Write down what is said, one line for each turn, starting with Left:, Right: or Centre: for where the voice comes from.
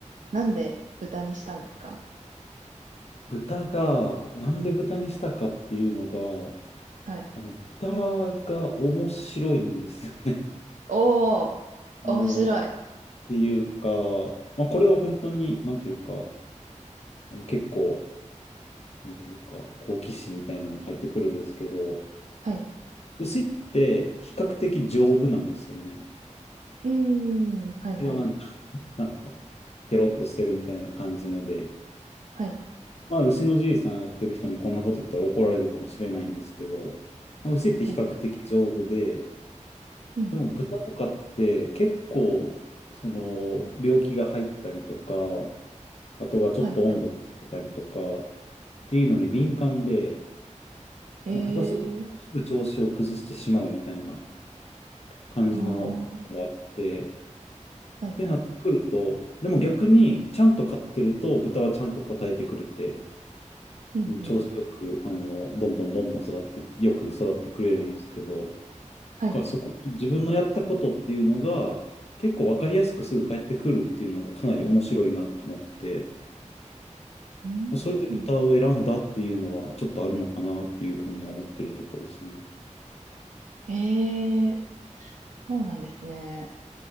Right: なんで豚にしたんですか
Left: 豚が、なんで豚にしたかっていうのが、
Right: はい。
Left: あの、豚が面白いんですよね。
Right: おー、
Left: <laughs>
Right: 面白い。
Left: あの、っていうか、まあ、これは本当に、なんていうか、あの結構、なんていうか、好奇心みたいなのも入ってくるんですけど、
Right: はい。
Left: 牛って比較的丈夫なんですよね。
Right: うーん、はい、はい、
Left: 牛はなんか、なんか、ケロッとしてるみたいな感じので、
Right: はい。
Left: まあ、牛のじいさんやってる人にこんなこと言ったら怒られるかもしれないんですけど、まあ、牛って比較的丈夫で、
Right: おうん、うん、
Left: でも豚とかって結構、その、病気が入ったりとか、あとがちょっと温度がついたりとか、
Right: はい、はい。
Left: っていうのに敏感で、
Right: えー、
Left: もう下手するとすぐ調子を崩してしまうみたいな感じのがあって、
Right: あー、
Left: っ
Right: はい、
Left: てなってくると、
Right: はい。
Left: でも逆にちゃんと飼ってると豚はちゃんと答えてくれて、
Right: うん、
Left: うん調子よく、
Right: うん、
Left: あの、どんどんどんどん育って、よく育ってくれるんですけど、だ
Right: はい。
Left: からそこ、自分のやったことっていうのが、結構わかりやすくすぐ返ってくるっていうのがかなり面白いなと思って、
Right: うん、
Left: もうそれで豚を選んだっていうのはちょっとあるのかなっていうふうに思ってるとこですね。
Right: うん。ええそうなんですね。